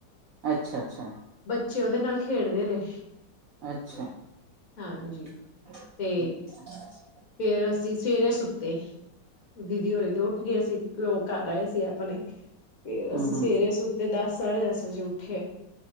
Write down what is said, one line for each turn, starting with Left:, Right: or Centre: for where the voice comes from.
Right: ਅੱਛਾ, ਅੱਛਾ।
Left: ਬੱਚੇ ਉਹਦੇ ਨਾਲ ਖੇਡਦੇ ਰਹੇ।
Right: ਅੱਛਾ
Left: ਹਾਂਜੀ
Right: <unintelligible>
Left: ਤੇ ਫੇਰ ਅਸੀਂ ਸਵੇਰੇ ਸੁੱਤੇ। ਦੀਦੀ ਹੋਰੇ ਤੇ ਉ ਕਿ ਅਸੀਂ ਉਹ ਘਰ ਆਏ ਸੀ ਆਪਣੇ। ਫੇਰ ਅਸੀਂ
Right: ਹਮ
Left: ਸਵੇਰੇ
Right: ਹਮ
Left: ਸੁੱਤੇ। ਦਸ, ਸਾਢੇ-ਦਸ ਵਜੇ ਉੱਠੇ ਉੱਥੇ